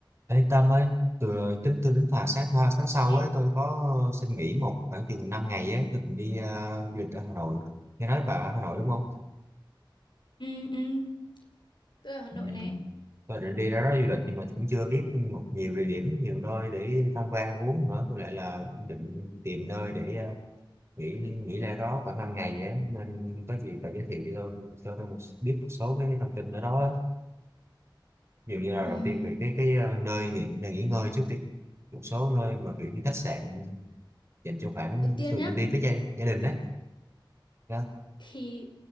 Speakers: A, on the right; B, on the left.
A: Ê Tâm ơi, từ tính tôi đến là sáng tha- tháng sau
B: Ê,
A: ấy tôi có xin nghỉ một khoảng chừng 5 ngày ấy, tôi định đi à, du lịch ở Hà Nội. Nghe nói bà ở Hà Nội đúng không?
B: Ừ, ừ, tôi ở Hà Nội
A: Ừ.
B: này.
A: Tôi định đi đó, đó du lịch nhưng mà cũng chưa biết một nhiều địa điểm, nhiều nơi để tham quan uống nữa. Có lẽ là định tìm nơi để à, nghỉ nghỉ ra đó khoảng 5 ngày ấy. Nên có gì bà giới thiệu cho tôi cho tôi một- biết một số cái thông tin ở đó. á. Dường như là
B: Ừm,
A: đầu tiên về cái cái à, nơi nghỉ, nơi nghỉ ngơi trước đi một số nơi mà kiểu như khách sạn dành cho khoảng
B: đầu tiên
A: tôi
B: nhá,
A: cũng đi với gia, gia đình á đó.
B: thì